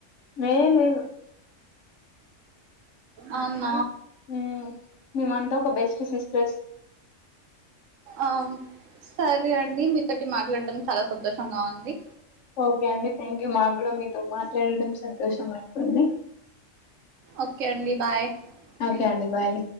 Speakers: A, on the left; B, on the right.
A: లేదు లేదు
B: అవునా
A: హ్మ్ మీమంత ఒక బెస్ట్ సిస్ట్రెస్
B: ఆ సరే అండి మీతోటి మాట్లాడడం చాలా సంతోషంగా ఉంది
A: ఓకే అండి థ్యాంక్ యూ మా కూడా మీతో మాట్లాడడం సంతోషం అప్పుంది
B: ఓకే అండి బాయ్
A: ఓకే
B: థ్యాంక్
A: అండి
B: యూ
A: బాయ్